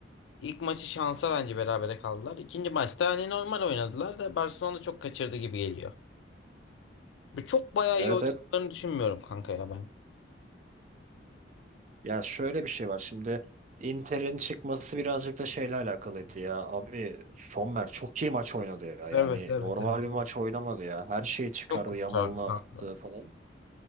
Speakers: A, on the left; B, on the right.
A: İlk maçı şansa bence berabere kaldılar. İkinci maçta hani normal oynadılar da Barcelona çok kaçırdı gibi geliyor. Bu çok bayağı
B: Evet
A: iyi oynadıklarını
B: evet
A: düşünmüyorum kanka ya ben.
B: ya şöyle bir şey var şimdi Inter'in çıkması birazcık da şeyle alakalıydı ya abi Sommer çok iyi maç oynadı ya yani
A: Evet evet
B: normal
A: evet.
B: bir maç oynamadı ya her şeyi çıkardı
A: Çok kurtardı
B: Yamal'ını
A: kanka.
B: attı falan.